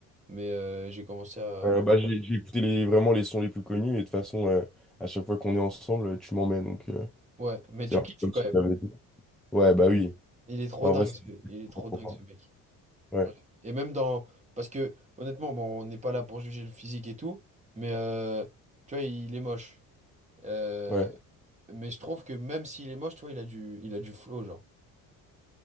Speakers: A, on the right; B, in the centre.
A: mais euh, j'ai commencé à...
B: Euh,
A: Ouais.
B: bah, j'ai j'ai écouté les, vraiment les sons les plus connus et de toute façon, euh, à chaque fois qu'on est ensemble, tu m'emmènes. Donc, euh,
A: Ouais, mais
B: c'est
A: tu
B: un peu
A: kiffes
B: comme
A: quand
B: si tu
A: même.
B: m'avais dit. Ouais, bah oui.
A: Il est trop
B: En
A: dingue,
B: vrai, c'est.
A: ce... il est trop
B: important.
A: dingue, ce mec.
B: Ouais,
A: Ouais. Et même dans... Parce que, honnêtement, bon, on n'est pas là pour juger le physique et tout, mais euh, tu vois, il est moche. Euh,
B: ouais.
A: Mais je trouve que même s'il est moche, tu vois, il a du, il a du flow, genre.